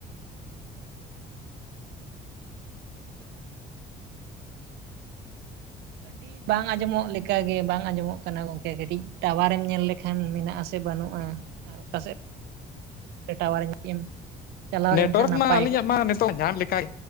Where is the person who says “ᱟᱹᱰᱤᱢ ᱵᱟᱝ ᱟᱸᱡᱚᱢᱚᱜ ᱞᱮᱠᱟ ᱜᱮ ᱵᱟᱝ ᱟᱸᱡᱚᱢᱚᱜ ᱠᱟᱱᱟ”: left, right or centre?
Right